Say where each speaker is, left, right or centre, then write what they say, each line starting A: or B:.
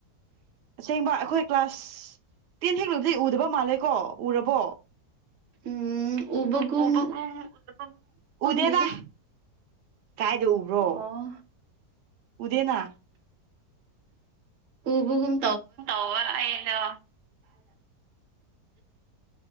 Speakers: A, on the right; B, on the right.
A: ꯑꯁꯦꯡꯕ ꯑꯩꯈꯣꯏ ꯀ꯭ꯂꯥꯁ ꯇꯦꯟ ꯍꯦꯛ ꯂꯣꯢꯕꯗꯩ ꯎꯗꯕ ꯃꯥꯜꯂꯦꯀꯣ ꯎꯔꯕꯣ ꯎ
B: ꯎꯝ ꯎꯕꯒꯨꯝ
A: ꯎꯕ ꯎꯗꯕꯒꯨꯝ
B: ꯈꯪꯗꯦꯗ
A: ꯎꯗꯦꯗ ꯀꯥꯏꯗ ꯎꯕ꯭ꯔꯣ
B: ꯑꯣ
A: ꯎꯗꯦꯅꯥ
B: ꯎꯕꯒꯨꯝ
A: ꯇꯧꯑꯦ ꯑꯩꯗꯣ